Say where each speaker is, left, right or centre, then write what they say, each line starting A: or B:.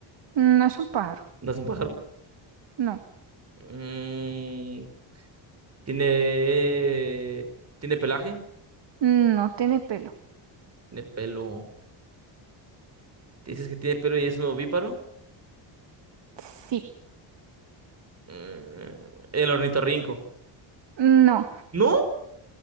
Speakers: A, on the right; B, on the right.
A: no es un pájaro.
B: no es un pájaro.
A: No.
B: Mm, tiene, tiene pelaje,
A: No tiene pelo.
B: tiene pelo. Dices que tiene pelo y es un ovíparo.
A: Sí.
B: Mm, el ornitorrinco.
A: No,
B: ¿No?